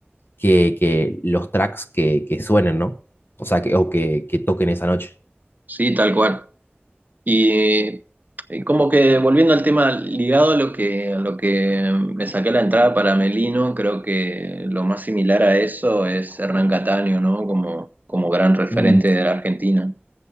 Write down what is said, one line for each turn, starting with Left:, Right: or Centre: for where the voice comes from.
Left: que, que los tracks que, que suenen, ¿no? O sea, que, o que, que toquen esa noche.
Right: Sí, tal cual. Y eh, como que volviendo al tema ligado a lo que, a lo que me saqué la entrada para Melino, creo que lo más similar a eso es Hernán Cataño, ¿no? Como, como gran referente
Left: Mm,
Right: de la Argentina.